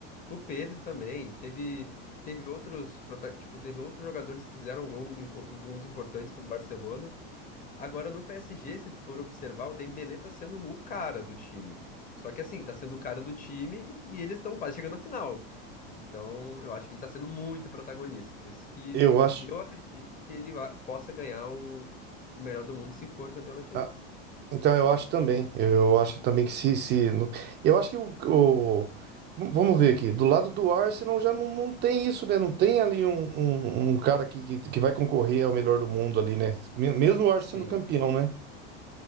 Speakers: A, on the left (about 25°); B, on the right (about 35°).
A: o Pedri também teve teve outros prota- tipo, teve outros jogadores que fizeram gol, impo- gols importantes para o Barcelona, Agora no PSG, se tu for observar, o Dembélé tá sendo o cara do time. Só que assim, tá sendo o cara do time e eles estão quase chegando na final. Então, eu acho que ele tá sendo muito protagonista, por isso que
B: Eu acho.
A: eu acredito que ele vá- possa ganhar o, o melhor do mundo se for campeão da Champions.
B: Ah, então eu acho também. Eu acho também que se. se no- eu acho que o, o- Vamos ver aqui. Do lado do Arsenal já não, não tem isso, né? Não tem ali um, um, um cara que, que, que vai concorrer ao melhor do mundo ali, né? Me- Mesmo o Arsenal
A: Sim.
B: sendo campeão, né?